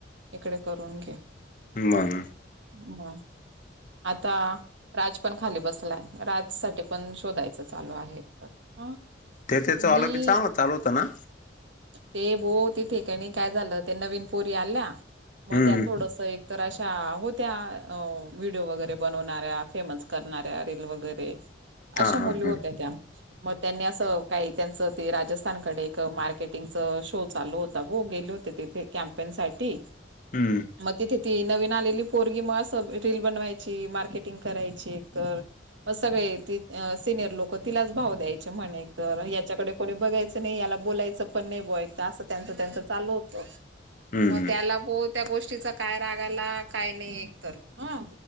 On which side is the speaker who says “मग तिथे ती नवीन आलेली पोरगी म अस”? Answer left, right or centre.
Right